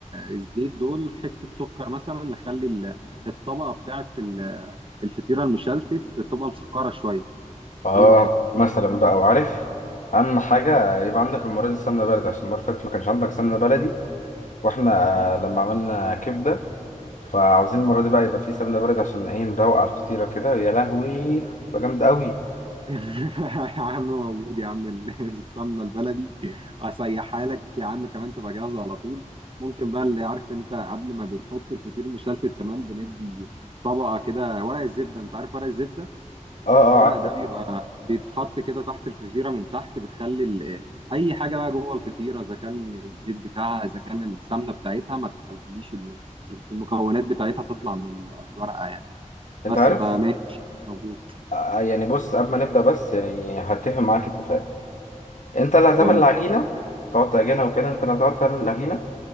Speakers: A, on the right; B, on the left.
A: الزيت دول حتة سكر مثلا نخلي ال- الطبقة بتاعت ال- الفطيرة المشلتت تبقى مسكرة شوية
B: اه
A: ايه رأيك؟
B: مثلا بقى وعارف أهم حاجة يبقى عندك المرة دي سمنة بلدي عشان المرة اللي فاتت ما كانش عندك سمنة بلدي وإحنا آه، لما عملنا كبدة فعاوزين المرة دي بقى يبقى في سمنة بلدي عشان إيه نروق على الفطيرة كده يا لهوي هتبقى جامدة أوي
A: <laughs> يا عم موجود يا عم ال- <laughs> السمنه البلدي وهسيحها لك يا عم كمان تبقى جاهزه على طول ممكن بقى اللي عارف انت قبل ما بنحط الفطير مشلتت كمان بندي طبقه كده ورق الزبده انت عارف ورق الزبده
B: اه
A: الورق
B: اه عارف
A: ده
B: أكيد
A: بيبقى بيتحط كده تحت الفطيره من تحت بتخلي ال- اي حاجه بقى جوه الفطيره اذا كان الزيت بتاعها اذا كان السمنه بتاعتها ما تخليش ال- المكونات بتاعتها تطلع من ال- الورقه يعني
B: أنت
A: بس
B: عارف
A: فماشي موجود
B: آه، يعني بص قبل ما نبدأ بس يعني هتفق معاك اتفاق انت اللي هتعمل
A: قول
B: العجينه هتقعد تعجنها وكده انت اللي هتقعد تعمل العجينه